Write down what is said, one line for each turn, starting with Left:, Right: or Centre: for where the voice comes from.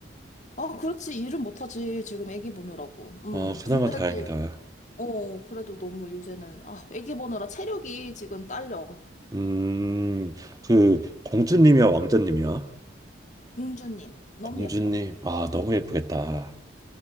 Left: 아, 그렇지. 일은 못하지. 지금 애기 보느라고. 음,
Right: 어, 그나마
Left: 근데도,
Right: 다행이다.
Left: 어, 그래도 너무 요새는, 아, 애기 보느라 체력이 지금 딸려.
Right: 음, 그, 공주님이야, 왕자님이야?
Left: 공주님, 너무
Right: 공주님,
Left: 예뻐.
Right: 아, 너무 예쁘겠다.